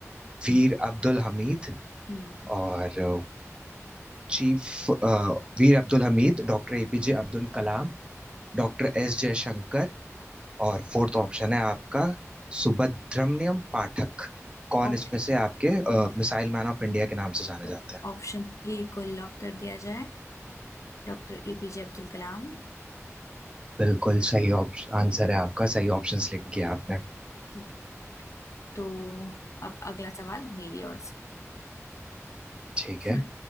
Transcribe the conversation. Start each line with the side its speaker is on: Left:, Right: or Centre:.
Right: वीर अब्दुल हमीद
Left: हम्म
Right: और अ, चीफ अ, वीर Abdul Hamid doctor APJ Abdul Kalam doctor S Jaishankar और फोर्थ ऑप्शन है आपका सुब्रमण्यम पाठक कौन
Left: ओके
Right: इसमें से आपके मिसाइल मैन ऑफ इंडिया के नाम से जाने
Left: तो
Right: जाते हैं
Left: ऑप्शन ए को लॉक कर दिया जाए Doctor APJ Abdul Kalam
Right: बिल्कुल सही ऑप्शन आंसर है आपका सही ऑप्शन सिलेक्ट किया आपने
Left: हम्म, तो अब अगला सवाल मेरी ओर से
Right: ठीक है
Left: हम्म